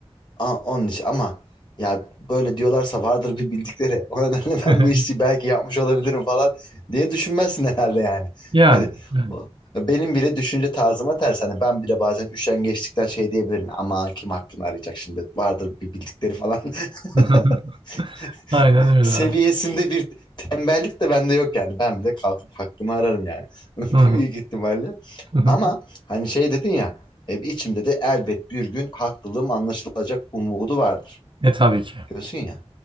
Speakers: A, on the left; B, on the right.
A: A- Onun için ama ya böyle diyorlarsa vardır bir bildikleri. O nedenle
B: <laughs>
A: ben bu işi belki yapmış olabilirim falan diye düşünmezsin herhalde yani.
B: Yani.
A: Hani
B: yani.
A: o- benim bile düşünce tarzıma ters. Hani ben bile bazen üşengeçlikten şey diyebilirim. Ama kim aklını arayacak şimdi? Vardır bir bildikleri falan.
B: <laughs>
A: <laughs> <laughs>
B: Aynen öyle
A: seviyesinde
B: abi.
A: bir tembellik de bende yok yani. Ben bile kalkıp hakkımı ararım yani. <laughs>
B: Hı hı.
A: Büyük ihtimalle.
B: Hı hı.
A: Ama hani şey dedin ya e, içimde de elbet bir gün haklılığım anlaşılacak umudu vardır.
B: E tabii ki.
A: Diyorsun ya.